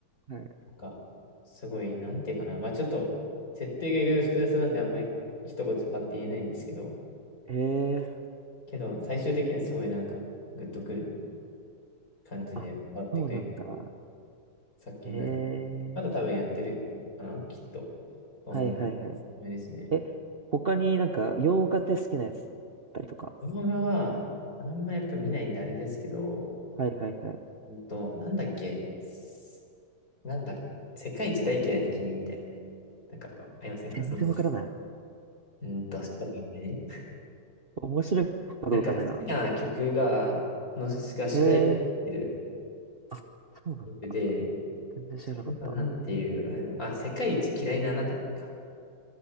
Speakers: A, on the right; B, on the left.
A: はい。
B: なんか、すごい、なんていうかな。まあ、ちょっと、設定がいろいろ複雑なんで、あんまり一言でパッて言えないんですけど、
A: へえ、
B: けど、最終的にはすごいなんか、グッとくる感じで終わってくれる
A: あ、そうなんだ。
B: 作品なんで、
A: へえ、
B: まだ多分やってるかな、きっと。と思う。
A: はいはいはい。
B: ですね。
A: え、他になんか洋画で好きなやつだったりとか。
B: 動画は、あんまやっぱ見ないんであれですけど、
A: はいはいはい。
B: うんと、なんだっけ、すなんだ、世界一大嫌いな君みたいな。なんか、ありませんかその、
A: 全然わからない。
B: うーんと、主題歌ね
A: 面白いことわかんないな。
B: なんか好きな曲が、の、が主題歌になってる
A: ええー。あ、そうなんだ。
B: 曲で、
A: 全然知らなかった。
B: それはなんていう、あれだ、あ、世界一嫌いなあなたにか。っ